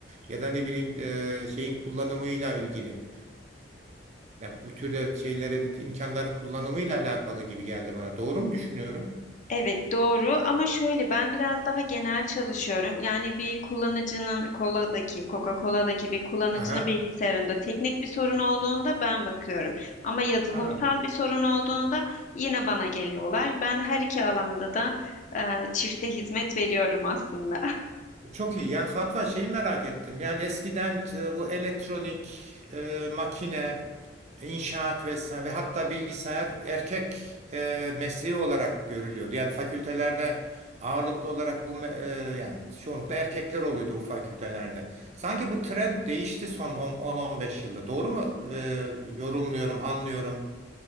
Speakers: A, on the right; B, on the left.
A: ya da ne bileyim e, şeyin kullanımıyla ilgili. Ya bu türde şeylerin imkanların kullanımıyla alakalı gibi geldi bana. Doğru mu düşünüyorum?
B: Evet doğru ama şöyle ben biraz daha genel çalışıyorum. Yani bir kullanıcının koladaki Coca-Cola'daki bir kullanıcının
A: Aha.
B: bilgisayarında teknik bir sorun olduğunda ben bakıyorum. Ama yazılımsal
A: Ha.
B: bir sorun olduğunda yine bana geliyorlar. Ben her iki alanda da e, çifte hizmet veriyorum aslında. <laughs>
A: Çok iyi. Ya Fatma şeyi merak ettim. Yani eskiden e, bu elektronik, e, makine, inşaat vesaire ve hatta bilgisayar erkek e, mesleği olarak görülüyordu. Yani fakültelerde ağırlıklı olarak bu me- e, yani çoğunlukla erkekler oluyordu bu fakültelerde. Sanki bu trend değişti son 10-15 yılda. Doğru mu? E, yorumluyorum, anlıyorum.